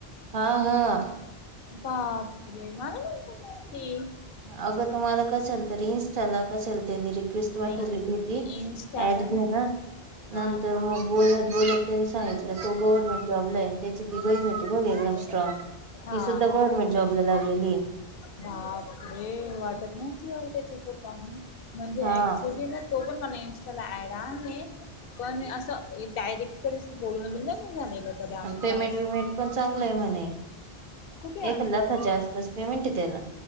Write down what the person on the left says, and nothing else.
बापरे मला नतो माती
नाही
इंस्टाला
हा
हा
बापरे वाटत नव्हती अ त्या्याच्याको पाहून म्हणजे
ऍक्च्युली ना तो पण मला इं्स्टाला ऍड आहे पण असं डायरेक्ट कडे बोलणं बि नाही नाही झालेलं कधी आमचं
असं.
कुठे आहे